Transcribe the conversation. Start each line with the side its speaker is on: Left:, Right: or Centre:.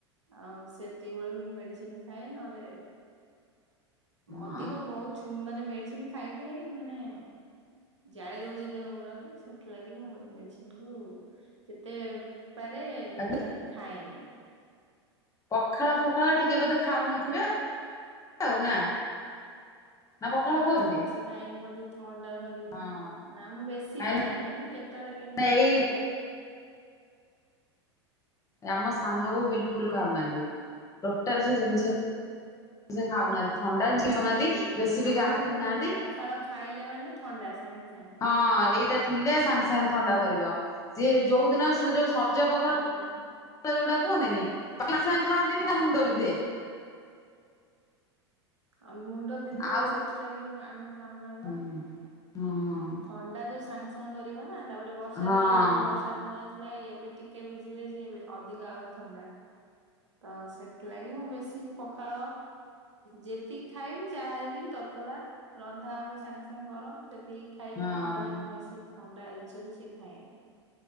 Right: ଆଉ ସେତିକି ବଳେ ମୁଁ ମେଡିସିନ ଖାଏ, ନହେଲେ ଅଧିକ
Left: ହଁ
Right: ବହୁତ ମାନେ ମେଡିସିନ ଖାଇ ଖାଇ ମାନେ ଜାଳି ଦଉଛି ଦେହ ଗୁଡାକୁ ସେଥିଲାଗି ମୁଁ ମେଡିସିନ କୁ ଯେତେ ପାରେ
Left: ଆ
Right: ମାନେ ଖାଏନି।
Left: ପଖାଳ ଫଖାଳ ଟିକେ ବୋଧେ ଖାଉନଥିବେ? ହଉ ନା ନା ପଖାଳ ଖାଉଛନ୍ତି?
Right: ଖାଇନି ମତେ ଥଣ୍ଡା ଧରିବ
Left: ହଁ
Right: ନା ମୁଁ ବେଶୀ
Left: କାହିଁକି
Right: ଖାଏନି ମୁଁ କେତେବେଳେ କେମିତି ଇଛା
Left: ଏଇ
Right: ହେଲେ
Left: ଆମ ସାନ ବୋହୁ ବିଲକୁଲ ଖାଉନାହାନ୍ତି, ଟୋଟାଲ ସେ ଜିନିଷ ସେ ଖାଉନାହାନ୍ତି ଥଣ୍ଡା ହଉନାହାନ୍ତି ବେଶୀ
Right: ଆମକୁ
Left: ବି ଗାଧଉନାହାନ୍ତି।
Right: ପଖାଳ ଖାଇଲେ ମାନେ ଥଣ୍ଡା ସାଙ୍ଗ ସାଙ୍ଗ।
Left: ହଁ ଏଇଟା ଥିଲେ ସାଙ୍ଗେ ସାଙ୍ଗେ ଥଣ୍ଡା ଧରିବ ସେ ଯୋଉ ଦିନ ସେ ଯୋଉ <unintelligible>
Right: ହଁ
Left: ଯୋଉଟା କୁହନ୍ତିନି ସାଙ୍ଗେ ଖାଆନ୍ତି
Right: ହଁ
Left: ବି ତା ମୁଣ୍ଡ ବିିନ୍ଧେ।
Right: ଆଉ ମୁଣ୍ଡ ବିନ୍ଧିବ
Left: ଆଉ
Right: ସେଥିଲାଗି ଆମେ ଖାଉନା
Left: ହଁ
Right: ବା।
Left: ହଁ
Right: ଥଣ୍ଡା ଯୋଉ ସାଙ୍ଗେ ସାଙ୍ଗେ ଧରିବ ନା ତାପରେ ବର୍ଷାରେ
Left: ହଁ
Right: ବି ଏବେ ବର୍ଷା ଦିନ ଆସ ଲା ଏବେ ଟିକେ ଭିଜିଲେ ସିଏ ଅଧିକ ଆହୁରି ଥଣ୍ଡା। ତ ସେଥିଲାଗି ମୁଁ ବେଶୀ ପଖାଳ ଯେତିକି ଖାଇବି ଯାହାତିକି ତତଲା ରନ୍ଧା ହବ ସାଙ୍ଗେ ସାଙ୍ଗେ ଗରମ ସେତିକି ଖାଇବି
Left: ହଁ।
Right: ନହେଲେ ମୁଁ ବେଶି ଥଣ୍ଡା ଜିନିଷ କିଛି ଖାଏନି।